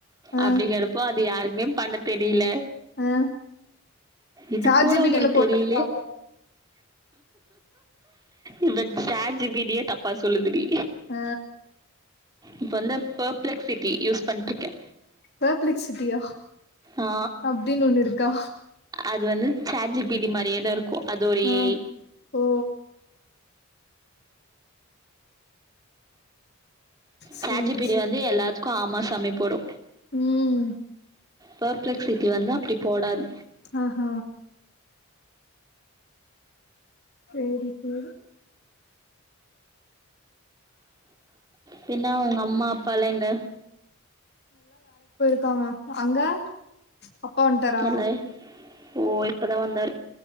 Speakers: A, on the left (about 45°); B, on the right (about 15°).
A: ஆ
B: அப்டிங்கறப்போ அது யாருக்குமே பண்ண தெரில
A: ஆ
B: இது
A: சாட்
B: கூட
A: ஜி பி
B: உங்களுக்கு
A: டி ல போட்ருக்கா
B: தெரிலியே இப்ப சாட் ஜி பி டியே தப்பா சொல்லுதுடி
A: அ
B: இப்ப வந்து ஃபர்ப்ளெக்சிட்டி யூஸ் பண்ணிருக்கே
A: ஃப்ர்ப்ளெக்சிட்டியா
B: ஆ
A: அப்டின்னு ஒண்ணு இருக்கா
B: அது வந்து சாட் ஜி பி டி மாரியே தா இருக்கு அது ஒரு
A: ஆ
B: ஏ ஐ
A: ஓ சேரி
B: சாட் ஜி பி டி வந்து எல்லாத்துக்கு ஆமா சாமி போடு
A: உம்
B: பப்ளக்ஸ் சிட்டி வந்தா அப்படி போடாது
A: ஆஹ்ஹ சேரி சேரி
B: பின்னா உங்க அம்மா அப்பாலாம் எங்க
A: இருக்காங்க அங்க அப்பா வந்ட்டாரா
B: இல்ல ஓ இப்பதான் வந்தாரு